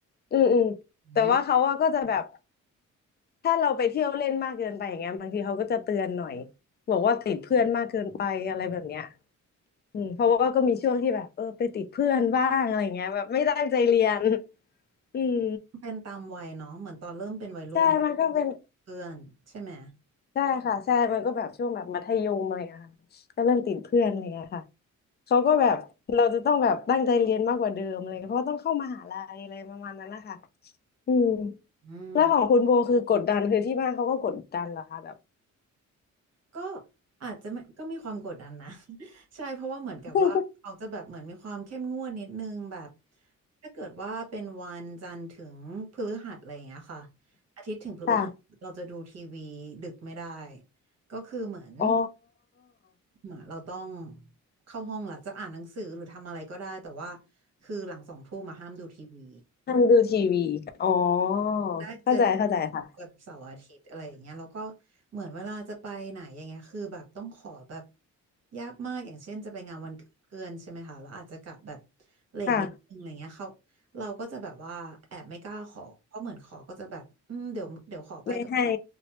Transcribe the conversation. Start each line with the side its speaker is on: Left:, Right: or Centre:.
Left: อืมอืมแต่ว่าเขาอะก็จะแบบ
Right: อืม
Left: ถ้าเราไปเที่ยวเล่นมากเกินไปอย่างเงี้ยบางทีเขาก็จะเตือนหน่อยบอกว่าติดเพื่อนมากเกินไปอะไรแบบเนี้ยอืมเพราะว่าก็มีช่วงที่แบบเออไปติดเพื่อนบ้างอะไรเงี้ยแบบไม่ตั้งใจเรียนอืม
Right: เป็นตามวัยเนาะเหมือนตอนเริ่มเป็นวัยรุ่นเริ่มเพื่อนใช่ไหม
Left: ใช่มันก็เป็นใช่ค่ะใช่มันก็แบบช่วงแบบมัธยมอะไรเงี้ยค่ะก็เริ่มติดเพื่อนอะไรเงี้ยค่ะเขาก็แบบเราจะต้องแบบตั้งใจเรียนมากกว่าเดิมอะไรเงี้ยเพราะว่าต้องเข้ามหาลัยอะไรประมาณนั้นนะคะอืม
Right: อืม
Left: แล้วของคุณโบคือกดดันคือที่บ้านเขาก็กดดันเหรอคะแบบ
Right: ก็อาจจะไม่ก็มีความกดดันนะ <laughs> ใช่เพราะว่าเหมือนกับว่าเขาจะแบบเหมือนมีความเข้มงวดนิดนึงแบบ
Left: <laughs>
Right: ถ้าเกิดว่าเป็นวันจันทร์ถึงพฤหัสอะไรอย่างเงี้ยค่ะอาทิตย์ถึงพฤหัสเราจะดูทีวีดึกไม่ได้
Left: ค่ะ
Right: ก็คือเหมือน
Left: อ๋อ
Right: เหมือนเราต้องเข้าห้องละจะอ่านหนังสือหรือทำอะไรก็ได้แต่ว่าคือหลังสองทุ่มมาห้ามดูทีวี
Left: นั่งดูทีวีอ๋อ
Right: แรกเจอ
Left: เข้าใจเข้าใจค่ะ
Right: แบบเสาร์อาทิตย์อะไรอย่างเงี้ยแล้วก็เหมือนเวลาจะไปไหนอย่างเงี้ยคือแบบต้องขอแบบยากมากอย่างเช่นจะไปงานวันเกิดเพื่อนใช่ไหมคะแล้วอาจจะกลับแบบเลทนิดนึงอะไรเงี้ยเขา
Left: ค่ะ
Right: เราก็จะแบบว่าแอบไม่กล้าขอเพราะเหมือนขอก็จะแบบอืมเดี๋ยวเดี๋ยวขอไปก็ได้
Left: ไม่ให้